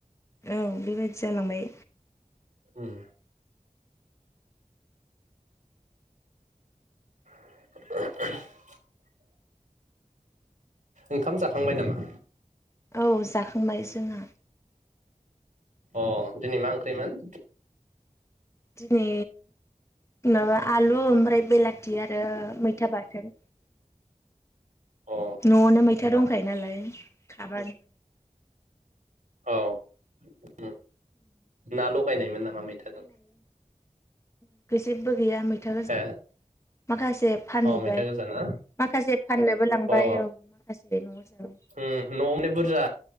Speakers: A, on the left; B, on the right.
A: औ बेबायदि जालांबाय।
B: उम। <unintelligible> ओंखाम जाखांबाय नामा?
A: औ जाखां फंबाय जोंहा।
B: अ' दिनै मा ओंख्रिमोन?
A: दिनै माबा आलु ओमफ्राय बेलाथि आरो मैथा बाथोन।
B: अ
A: न'आवनो मैथा दंखायो नालाय खाबानो
B: औ। उम ना लगायनायमोन नामा मैथाजों?
A: <unintelligible> जेब्बो गैया मैथा गोजा।
B: हो
A: माखास ए फानहैबाय
B: अ मैथा गोजा ना
A: माखासे फाननोबो लांबाय
B: अ
A: औ माखासे न'आव जाबाय।
B: उम न'आव माने बुरजा